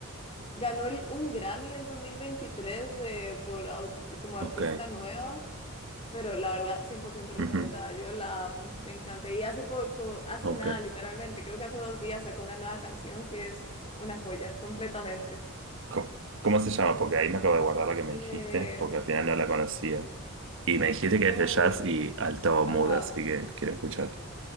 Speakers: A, on the left (about 25°); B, on the right (about 60°).
A: ganó el- un Grammy en 2023 de- por, au- como artista
B: Ok.
A: nueva. Pero la verdad, 100% recomendada.
B: Ujú,
A: Yo la amo, me encanta. Y hace poco, hace
B: Ok.
A: nada, literalmente, creo que hace dos días sacó una nueva canción que es una joya, completamente.
B: Co- ¿Cómo se llama? Porque ahí me acabo de guardar la que
A: Eh,
B: me dijiste, porque al final no la conocía. Y me dijiste que
A: Thor,
B: es de jazz y alto
A: ajá.
B: mood, así que quiero escuchar.